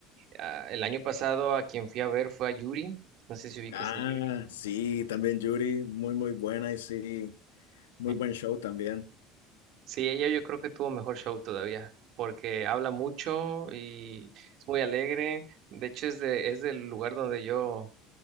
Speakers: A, on the right; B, on the left.
A: Ah, el año pasado a quien fui a ver fue a Yuri. No sé si ubicas
B: Ah,
A: a Yuri.
B: sí, también Yuri, muy, muy buena y sí, muy
A: <laughs>
B: buen show también.
A: Sí, ella yo creo que tuvo mejor show todavía, porque habla mucho y es muy alegre. De hecho, es de, es del lugar donde yo,